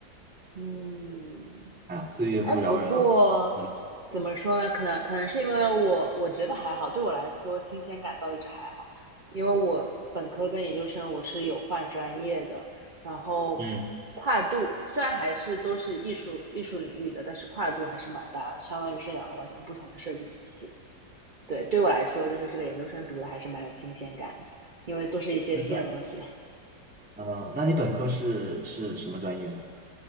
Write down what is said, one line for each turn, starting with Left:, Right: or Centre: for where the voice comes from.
Right: 嗯，
Centre: 哎呀，岁月不饶人啊！
Right: 哎，不过
Centre: 嗯，
Right: 怎么说呢？可能可能是因为我我觉得还好，对我来说新鲜感倒一直还好，因为我本科跟研究生我是有换专业的，然后
Centre: 嗯，
Right: 跨度虽然还是都是艺术艺术领域的，但是跨度还是蛮大的，相当于是两个完全不同的设计体系。对，对我来说，就是这个研究生读的还是蛮有新鲜感的，因为都是一些新的东西。
Centre: 嗯那嗯呃，那你本科是是什么专业呢？